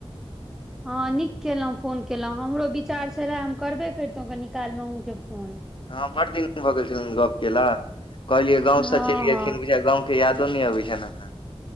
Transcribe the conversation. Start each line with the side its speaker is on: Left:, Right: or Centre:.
Centre: ह नीक केलहुँ फोन केलहुं हमरो विचार से रहे हम करबे करितो कनी काल मे अहुँ के फोन
Left: हँ बड दिन भऽ गेल छलनि गप के ल कहलियै गाँंव
Centre: हँ
Left: से चलि गेलखिन
Centre: हँ
Left: बुझे गाँंव यादो न अबै छै ने एखन